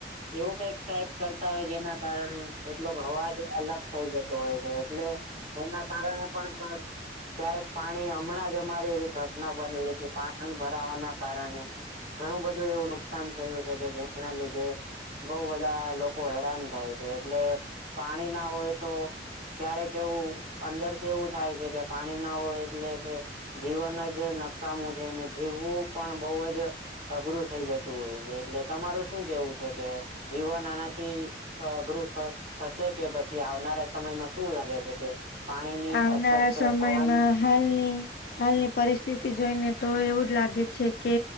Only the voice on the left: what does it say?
આવનારા
સમયમાં
હાલની હાલની પરિસ્થિતિ જોઈને તો એવું જ લાગે છે કે